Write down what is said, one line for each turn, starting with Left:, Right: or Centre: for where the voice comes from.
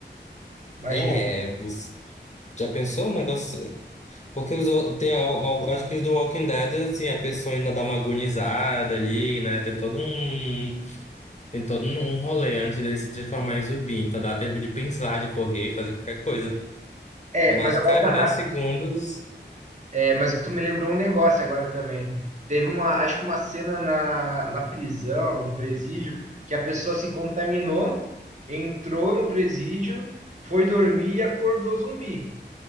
Right: Imagina.
Left: É, você já pensou no negócio? Porque os, ou- tem, al- al- acho que os do Walking Dead, assim, a pessoa ainda dá uma agonizada ali, né? Tem todo um, tem todo um um rolê antes dele se transformar em zumbi. Então dá tempo de pensar, de correr, fazer qualquer coisa.
Right: É,
Left: Mas,
Right: mas agora
Left: cara,
Right: tá,
Left: em dez segundos.
Right: É, mas tu me lembrou um negócio agora também. Teve uma, acho que uma cena na, na prisão, no presídio, que a pessoa se contaminou, entrou no presídio, foi dormir e acordou zumbi.